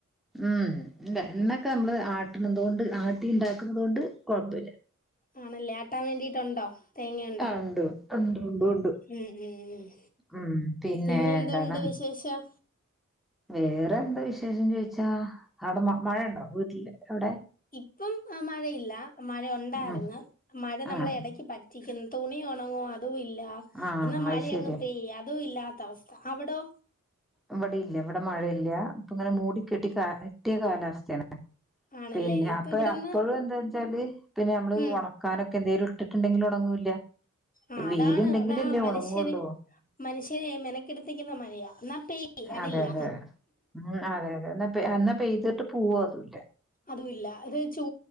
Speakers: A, in the centre; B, on the left.
A: ഉം ഇല്ല എണ്ണക്കെ നമ്മള് ആട്ട്ണതോണ്ട് ആട്ടി ഇണ്ടാക്കുന്നതോണ്ട് കൊഴപ്പല്ല
B: ആണല്ലേ ആട്ടാൻ വേണ്ടിട്ടുണ്ടോ തേങ്ങയുണ്ടോ
A: ആഹ് ഉണ്ട് ഉണ്ട് ഉണ്ട് ഉണ്ട്
B: ഉം ഉം ഉം
A: ഉം പിന്നെ
B: പിന്നെന്തുണ്ട്
A: എന്താണ്
B: വിശേഷം
A: വേറെ എന്താ വിശേഷം ചോയിച്ചാ അവിടെ മഴ ഇണ്ടോ വീട്ടില് അവടെ
B: ഇപ്പം മഴയില്ല മഴ ഉണ്ടായിരുന്ന്
A: ഉം
B: മഴ നമ്മളെ
A: ആഹ്
B: എടക്ക് പറ്റ റ്റിക്ക്‌ന്ന് തുണി ഉണങ്ങോ അതും ഇല്ല
A: ആഹ്
B: എന്നാ മഴ
A: അത് ശരിയാ
B: അങ്ങ് പെയ്യാ അതും ഇല്ല തവസ്ഥ അവിടോ
A: ഇവടീല്ല ഇവിടെ മഴയില്ല ഇപ്പൊ ഇങ്ങനെ മൂടി കെട്ടി പറ്റിയ കാലാവസ്ഥയാണ്
B: ആണല്ലേ
A: പിന്നെ
B: ഇപ്പൊ
A: അപ്പൊ
B: ഇവിടെന്ന്
A: അപ്പോഴും എന്താെച്ചാല് പിന്നെ നമ്മള്
B: ഉം
A: ഒണ ക്കാനൊക്കെ എന്തേലും ഇട്ടിട്ടുണ്ടെങ്കില് ഒണങ്ങൂല്ല
B: ആ അതാണ്
A: വെയിലുണ്ടെങ്കിലല്ലേ
B: അതാ മനുഷ്യന്
A: ഒണങ്ങൊള്ളൂ.
B: മനുഷ്യനെ മെനക്കെടുത്തിക്കുന്ന മഴയാ എന്നാ പെയ്യോ അതില്ല
A: അതെ അതെ ഉം അതെ അതെ എന്നാ പെയ്തിട്ട് പോവോ അതു ല്ല
B: അതുല്ല അത് ചൂ